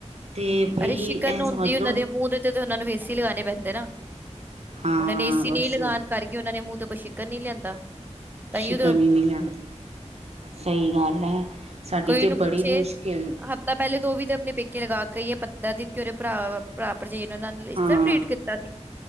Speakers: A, on the right; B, on the right.
A: ਤੇ ਬਈ
B: ਅਰੇ ਸ਼ਿਕਰਨ
A: ਇਹ
B: ਹੁੰਦੀ
A: ਸਮਝ
B: ਏ। ਉਹਨਾਂ
A: ਲਓ
B: ਦੇ ਮੂੰਹ ਦੇ ਉਹਨਾਂ ਨੂੰ ਵੀ, ਏਸੀ ਲਗਾਉਣੇ ਪੈਂਦੇ ਨਾ।
A: ਹਾਂ
B: ਉਹਨਾਂ ਨੇ ਏਸੀ
A: ਬਸ
B: ਨਹੀਂ ਲਗਾਉਣ ਕਰਕੇ। ਕਿ ਉਹਨਾਂ ਨੇ, ਮੂੰਹ ਤੇ ਕੋਈ, ਸਿਕਰ ਨੀ ਲਿਆਂਦਾ। ਤਾਂਹੀਓ
A: ਸ਼ਿਕਣ
B: ਤੇ
A: ਹੀ ਨਹੀਂਿਲਦਾ। ਸਹੀ ਗੱਲ ਹੈ। ਸਾਡੀ
B: ਕੋਈ
A: ਤੇ
B: ਉਹਨੂੰ ਪੁੱਛੇ।
A: ਬੜੀ ਮੁਸ਼ਕਿਲ
B: ਹਫ਼ਤਾ ਪਹਿਲੇ ਉਹ ਵੀ ਤੇ, ਆਪਣੇ ਪੇਕੇ ਕਿ ਲਗਾ ਕੇ ਆਈਏ ਪੰਦਰਾਂ ਦਿਨ, ਕੇ ਉਹਦੇ ਭਰਾ-ਭਰਾ ਭਰਜੀਾਈ, ਨੇ ਉਹਨਾਂ ਨਾਲ, ਇਸ
A: ਹਾਂ
B: ਤਰਾਂ ਟਰੀਟ ਕੀਤਾ ਸੀ।